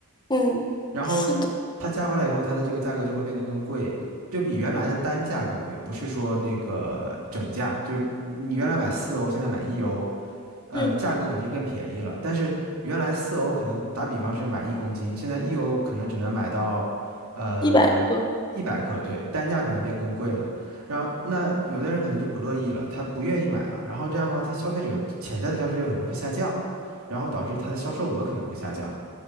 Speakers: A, on the left; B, on the right.
A: 嗯，
B: 然后
A: 是的，
B: 它加回来以后，它的这个价格就会变得更贵，就比原来的单价更贵，不是说那个整价，就是你原来买四欧，现在买一欧，呃，
A: 嗯，
B: 价格肯定是更便宜了。但是原来四欧可能打比方是买一公斤，现在一欧可能只能买到呃一百克，
A: 一百个。
B: 对，单价可能变更贵了。然后那有的人可能就不乐意了，他不愿意买了，然后这样的话，他消费者潜在的消费者可能会下降，然后导致它的销售额可能会下降。